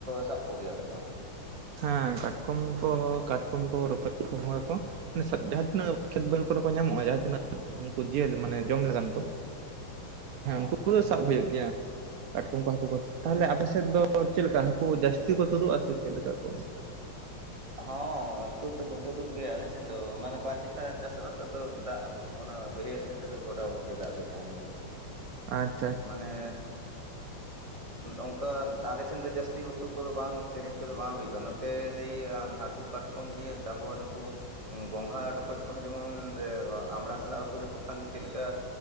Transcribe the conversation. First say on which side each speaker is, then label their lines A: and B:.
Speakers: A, on the right (about 20°); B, on the right (about 80°).
A: ᱥᱟᱵ ᱠᱚᱜᱮᱭᱟ ᱟᱯᱮ ᱥᱮ ᱵᱟᱝ
B: ᱦᱮᱸ ᱠᱟᱴᱠᱚᱢ ᱠᱚ ᱠᱟᱴᱠᱚᱢ ᱠᱚ ᱨᱚᱠᱚᱡ ᱜᱚᱸᱜᱷᱟ ᱠᱚ ᱡᱟᱦᱟᱸ ᱛᱤᱱᱟᱹᱜ ᱠᱷᱮᱛ ᱵᱟᱹᱞ ᱠᱚᱨᱮ ᱠᱚ ᱧᱟᱢᱚᱜᱼᱟ ᱡᱟᱦᱟᱸ ᱛᱤᱱᱟᱹᱜ ᱩᱱᱠᱩ ᱡᱤᱭᱟᱹᱞᱤ ᱢᱟᱱᱮ ᱡᱚᱢ ᱞᱮᱠᱟᱱ ᱠᱚ ᱦᱮᱸ
A: ᱦᱚᱸ
B: ᱩᱱᱠᱩ ᱠᱚᱫᱚ ᱥᱟᱵ ᱦᱩᱭᱩᱜ ᱜᱮᱭᱟ ᱠᱟᱴᱠᱚᱢ ᱠᱚ ᱦᱟᱹᱠᱩ ᱠᱚ ᱛᱟᱦᱞᱮ
A: ᱟᱪᱪᱷᱟ
B: ᱟᱯᱮ ᱥᱮᱫ ᱫᱚ ᱪᱮᱫ ᱞᱮᱠᱟ ᱦᱟᱹᱠᱩ ᱡᱟᱹᱥᱛᱤ ᱠᱚ ᱛᱩᱫᱩᱜ ᱟ ᱥᱮ ᱪᱮᱫ ᱞᱮᱠᱟ ᱠᱚ
A: ᱦᱚᱸ ᱛᱩᱫ ᱫᱚᱠᱚ ᱛᱩᱫᱩᱜ ᱜᱮᱭᱟ ᱟᱞᱮᱥᱮᱱ ᱫᱚ ᱢᱟᱱᱮ ᱵᱟᱨ ᱡᱮᱠᱷᱟ ᱪᱟᱥᱚᱜᱼᱟ ᱛᱚ ᱫᱟᱜ ᱚᱱᱟ ᱵᱟᱹᱭᱦᱟᱹᱲ ᱥᱮᱱ ᱛᱮᱫᱚ ᱵᱚᱨᱟᱵᱚᱴ ᱜᱮ ᱫᱟᱜ ᱫᱚ ᱛᱟᱦᱮᱱ ᱜᱮᱭᱟ
B: <unintelligible>
A: ᱢᱟᱱᱮᱻ
B: <unintelligible>
A: ᱚᱱᱠᱟ ᱟᱞᱮ ᱥᱮᱱ ᱫᱚ ᱡᱟᱹᱥᱛᱤ ᱩᱛᱩ ᱠᱚᱫᱚ ᱵᱟᱝ ᱠᱤᱨᱤᱧ ᱠᱚᱫᱚ ᱵᱟᱝ ᱦᱩᱭᱩᱜᱼᱟ ᱱᱚᱛᱮ ᱥᱮᱭ ᱦᱟᱹᱠᱩ ᱠᱟᱴ ᱠᱚᱢ ᱤᱭᱟᱹ ᱛᱟᱵᱚᱟ ᱱᱩᱠᱩ ᱜᱚᱝᱜᱷᱟ ᱨᱚᱠᱚᱡ ᱠᱚᱦᱚᱸ ᱡᱮᱢᱚᱱ ᱟᱢᱲᱟ ᱥᱟᱞᱟᱜ ᱩᱛᱩ ᱞᱮᱠᱚ ᱠᱷᱟᱱ ᱪᱮᱫ ᱞᱮᱠᱟ